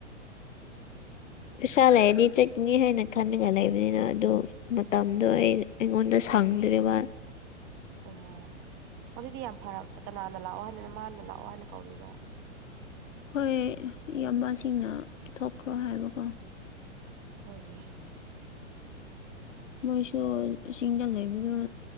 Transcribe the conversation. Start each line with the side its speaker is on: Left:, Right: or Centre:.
Left: ꯄꯤꯁꯥ ꯂꯩꯔꯗꯤ ꯆꯠꯀꯅꯤ
Right: ꯎꯝ
Left: ꯍꯥꯏꯅ ꯈꯟꯂꯒ ꯂꯩꯕꯅꯤꯅ ꯑꯗꯨ ꯃꯇꯝꯗꯣ ꯑꯩ ꯑꯩꯉꯣꯟꯗ ꯁꯥꯡꯗ꯭ꯔꯤꯕ
Right: ꯑꯣ ꯑꯗꯨꯗꯤ ꯌꯥꯝ ꯐꯔꯕ ꯀꯅꯥꯅ ꯂꯥꯛꯑꯣ ꯍꯥꯏꯗꯅ ꯃꯥꯅ ꯂꯥꯛꯑꯣ ꯍꯥꯏꯅ ꯀꯧꯔꯤꯔꯣ
Left: ꯑꯩꯈꯣꯏ ꯏꯌꯥꯝꯕꯁꯤꯡꯅ ꯄꯤꯊꯣꯛꯈ꯭ꯔꯣ ꯍꯥꯏꯕꯀꯣ
Right: ꯍꯣꯏ ꯅꯦ
Left: ꯃꯣꯏꯁꯨ ꯆꯤꯡꯗ ꯂꯩꯕꯅꯤꯅ